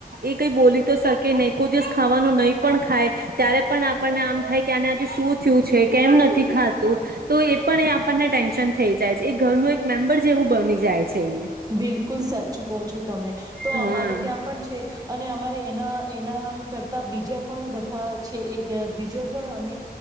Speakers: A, on the right (about 70°); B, on the right (about 25°).
A: એ કઈ બોલી તો શકે નહી કોઈ દિવસ ખાવાનું નહી. પણ ખાય ત્યારે પણ આપણને આમ થાય કે આ આજે શું થયું છે કેમ નથી ખાતું તો એ પણ એ આપણને ટેન્શન થઈ જાય છે એ ઘરનું એક મેમ્બર જેવું બની જાય છે. એ
B: બિલકુલ સાચું કહો છો તમે તો
A: હા
B: અમારે ત્યાં પણ છે. અને અમારે એના એના કરતા બીજા પણ બધા છે એક બીજા પણ અમે